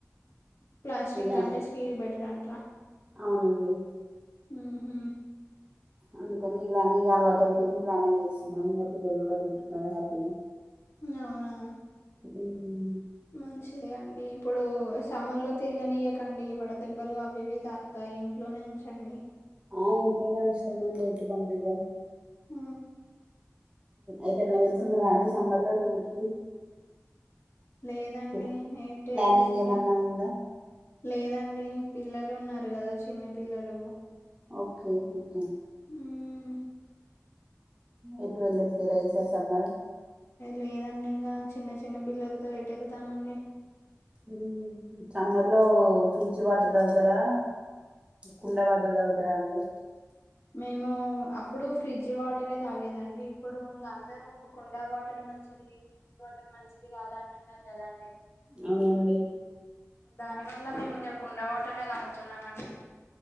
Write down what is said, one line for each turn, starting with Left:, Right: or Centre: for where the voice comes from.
Left: ప్లాస్టిక్
Right: ఇలానే
Left: అంటే స్టీల్ బెటర్ అంటరా
Right: అవునండి
Left: హ హ
Right: అందుకని ఇలానే అలవాటు అయిపోయింది ఇలానే చేస్తున్నా ఇంకా పిల్లలు కూడా తింటున్నారు హ్యాపీగా
Left: అవునా
Right: ఉమ్,
Left: మంచిది అండి అ ఇప్పుడు సమ్మర్ లో తిరగనియకండి వడ దెబ్బలు అవి ఇవి తాకుతాయి ఇంట్లోనే ఉంచండి
Right: ఆ ఇంట్లోనే ఉంచతామండి ఎటు పంపివ్వం
Left: ఆ
Right: ఏటన్న వెళ్తున్నారా అండి సమ్మర్ లో టూర్ కి
Left: లేదండి
Right: ప్లా-
Left: ఏంటిట్
Right: ప్లానింగ్
Left: వెళ్లట్లే
Right: ఏమన్నా ఉందా
Left: లేదండి పిల్లలు ఉన్నారు కదా చిన్న పిల్లలు
Right: ఓకే ఓకే
Left: మ్మ్
Right: ఎటు వెళ్ళట్లేదా ఈ సారి సమ్మర్
Left: లేదండి ఇంకా చిన్న చిన్న పిల్లలతో ఎట వెళ్తామండి
Right: హ సమ్మర్ లో ఫ్రిజ్ వాటర్ తాగుతారా కుండ వాటర్ తాగుతారా అండి
Left: మేము అప్పుడు ఫ్రిడ్జ్ వాటరే తాగేదండి ఇప్పుడు ఇంకా అందరూ కుండా వాటర్ మంచిది ఫ్రిడ్జ్ వాటర్ మంచిది కాదు అంటున్నారు కదాండి
Right: అవునండి
Left: దాని వల్ల మేము ఇంగా కుండ వాటరే తాగుతున్నామండి